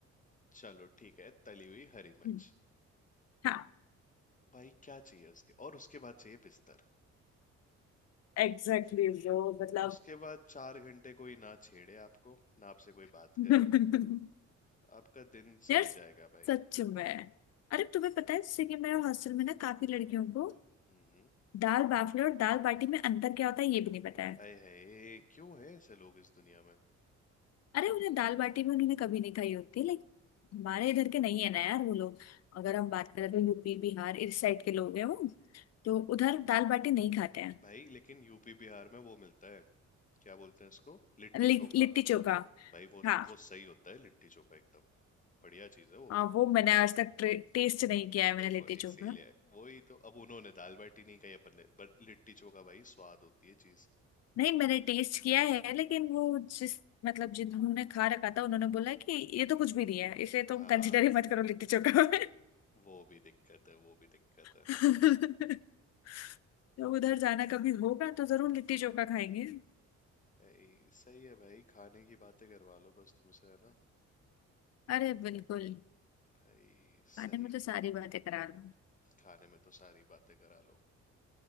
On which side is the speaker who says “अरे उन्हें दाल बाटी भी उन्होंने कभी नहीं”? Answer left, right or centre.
Left